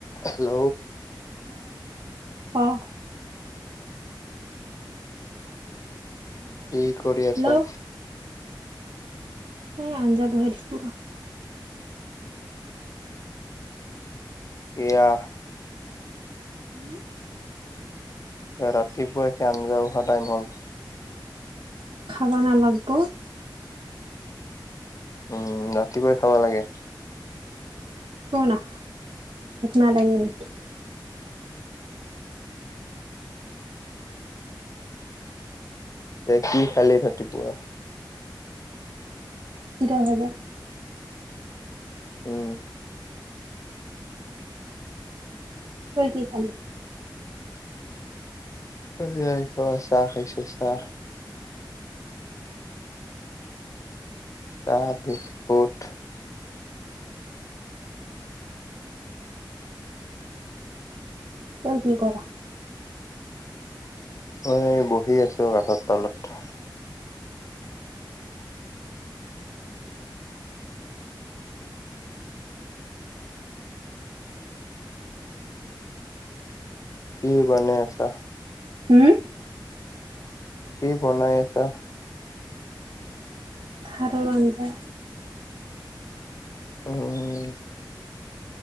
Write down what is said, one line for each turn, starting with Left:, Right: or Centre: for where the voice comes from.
Left: Hello.
Right: অহ ক'।
Left: কি কৰি
Right: হেল্ল'
Left: আছা?
Right: এই আঞ্জা বহাই দিছোঁ।
Left: এয়া
Right: উম।
Left: ৰাতিপুৱাই কি আঞ্জা অহা টাইম হ'ল?
Right: খাব নালাগিব?
Left: উম ৰাতিপুৱাই খাব লাগে।
Right: ক না ভুক নালাগে নেকি?
Left: এতিয়া কি খালি ৰাতিপুৱা?
Right: চিৰা ভাজা।
Left: উম
Right: তই কি খালি?
Left: নাই খোৱা চাহ খাইছোঁ চাহ। চাহ বিস্কুট।
Right: তই কি কৰা?
Left: মই বহি আছোঁ গাছৰ তালত। কি বনাই আছা?
Right: হম?
Left: কি বনাই আছা?
Right: ভাত আৰু আঞ্জা।
Left: উম।